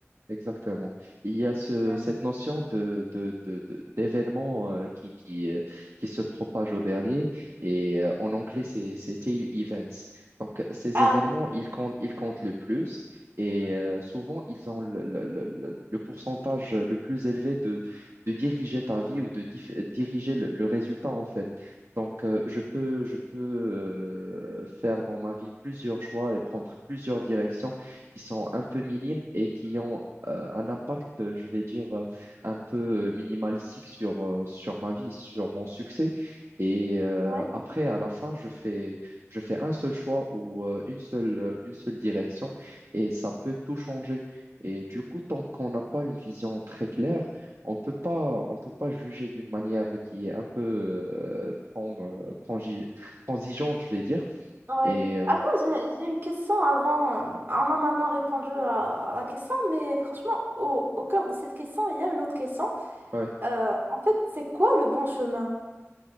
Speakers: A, on the right; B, on the right.
A: Exactement. Il y a ce,
B: Ouais.
A: cette notion de, de, de, de- d'événement euh, qui, qui, euh, qui se propage au dernier et euh, en anglais, c'est, c'est tail events. Donc, ces
B: Ah,
A: événements, ils comptent, ils comptent le plus et euh, souvent, ils ont le, le, le, le le pourcentage le plus élevé de, de diriger ta vie ou de dif- diriger le, le résultat, en fait. Donc, euh, je peux, je peux euh, faire dans ma vie plusieurs choix et prendre plusieurs directions qui sont un peu minimes et qui ont euh, un impact, euh, je vais dire, euh, un peu euh, minimalistique sur, euh, sur ma vie, sur mon succès. Et euh,
B: ouais.
A: après, à la fin, je fais, je fais un seul choix ou euh, une seule, euh, une seule direction et ça peut tout changer. Et du coup, tant qu'on n'a pas une vision très claire, on peut pas, on peut pas juger d'une manière qui est un peu euh, tran- euh, transi- transigeante, je vais dire.
B: Ouais.
A: Et euh,
B: Attends, j'ai j'ai une question avant. On a maintenant répondu à, à la question, mais franchement, au, au cœur de cette question, il y a une autre question.
A: ouais,
B: Euh, en fait, c'est quoi le bon chemin?